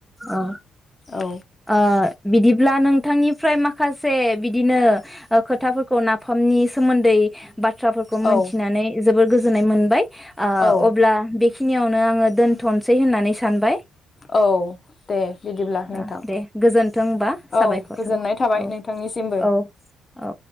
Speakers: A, in the centre; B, on the left.
A: औ
B: औ
A: ओ बिदिब्ला नोंथांनि फ्राय माखासे बिदिनो खोथाफोरखौ नाफामनि सोमोन्दै बाथ्राफोरखौ मोनथिनानै
B: औ
A: जोबोर गोजोननाय मोन ओ
B: औ
A: अब्ला बे खिनियावनो आङो दोनथनोसै होननानै सानबाय।
B: औ दे बिदिब्ला नोंथां
A: ओ दे गोजोन्थों होनबा साबायखर
B: औ गोजोननाय थाबाय
A: औ
B: नोंथांनिसिमबो।
A: औ औ